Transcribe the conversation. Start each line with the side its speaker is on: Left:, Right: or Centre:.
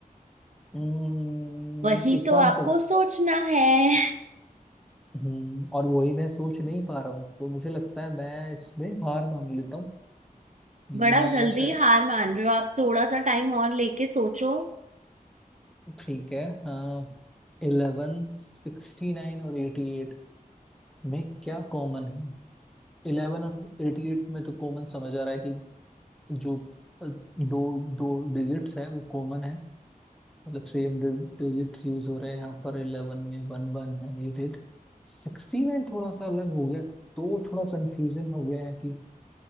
Centre: हम्म,
Right: वही
Centre: एक
Right: तो
Centre: काम
Right: आपको
Centre: कर
Right: सोचना है
Centre: हम्म, और वही मैं सोच नहीं पा रहा हूँ तो मुझे लगता है मैं इसमें हार मान लेता हूँ मैं
Right: बड़ा जल्दी
Centre: शायद
Right: हार मान रहे हो आप थोड़ा सा टाइम और लेके सोचो
Centre: ठीक है हाँ इलेवन सिक्सटी नाइन और एटी एट में क्या कॉमन है इलेवन और एटी एट में तो कॉमन समझ आ रहा है कि जो अ, दो दो डिजिट्स हैं वो कॉमन है मतलब सेम डिजिट्स यूज हो रहे हैं यहाँ पर इलेवन में one one and eight eight Sixty में थोड़ा सा अलग हो गया तो थोड़ा कंफ्यूजन हो गया है कि